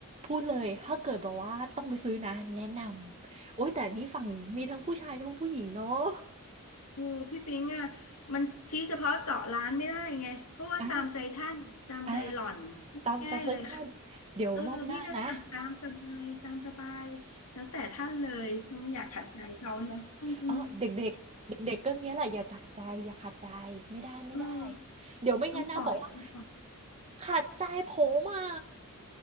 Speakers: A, on the right (about 30°); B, on the left (about 80°).
A: พูดเลย ถ้าเกิดแบบว่าต้องไปซื้อนะแนะนำ โอ้ยแต่นี่ฝั่งมีทั้งผู้ชายทั้งผู้หญิงเนาะ
B: เออพี่ปิงอ่ะมันชี้เฉพาะเจาะร้านไม่ได้ไงเพราะว่าตามใจท่านตามใจหล่อน
A: อ่าอ่าตามตามใจท่านเดี๋ยวรอบหน้านะ
B: ง่ายเลยค่ะเออพี่ก็เลยอ่ะตามสบายตามสบายแล้วแต่ท่านเลยไม่อยากขัดใจเขาเนาะอืม
A: เออเด็กเด็กเด็กเด็กๆก็เงี้ยแหละอย่าจากใจอย่าขาดใจไม่ได้ไม่ได้
B: เออ
A: เดี๋ยวไม่งั้นนะบอกว่า
B: ต้องปล่อยต้องปล่อย
A: ขาดใจผมอ่ะ